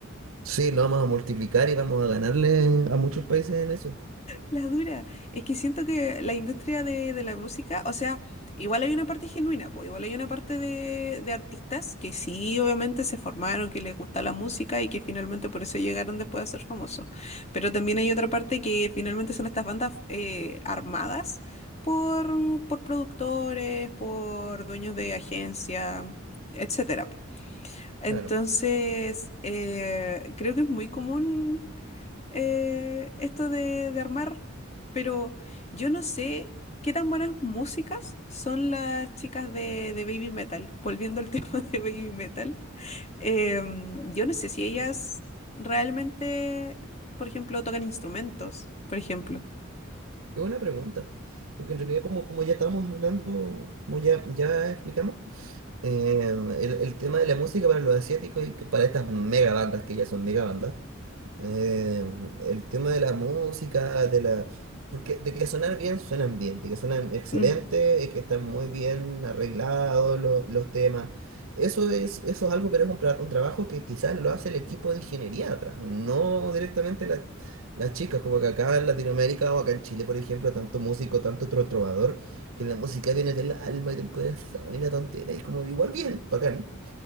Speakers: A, on the right; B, on the left.
A: Sí, lo vamos a multiplicar y vamos a ganarle a muchos países en eso.
B: La dura. Es que siento que la industria de, de la música, o sea, igual hay una parte genuina, pues igual hay una parte de, de artistas que sí, obviamente se formaron, que les gusta la música y que finalmente por eso llegaron después a ser famosos. Pero también hay otra parte que finalmente son estas bandas eh, armadas por, por productores, por dueños de agencia, etcétera. Entonces,
A: Claro,
B: eh, creo que es muy común eh, esto de, de armar, pero yo no sé qué tan buenas músicas son las chicas de, de Baby Metal, volviendo al <laughs> tema de Baby Metal. Em, yo no sé si ellas realmente, por ejemplo, tocan instrumentos, por ejemplo.
A: qué buena pregunta. Porque en realidad, como, como ya estábamos hablando, como ya, ya explicamos, eh, el, el tema de la música para los asiáticos y que para estas mega bandas, que ya son mega bandas, Eh, el tema de la música, de la... Porque de que sonar bien, suenan bien, de que suenan excelente,
B: Mm,
A: de que están muy bien arreglados lo- los temas. Eso es, eso es algo, pero es un, tra- un trabajo que quizás lo hace el equipo de ingeniería atrás, no directamente la- las chicas, como que acá en Latinoamérica o acá en Chile, por ejemplo, tanto músico, tanto tro- trovador, que la música viene del alma y del corazón y la tontera, y es como igual bien, bacán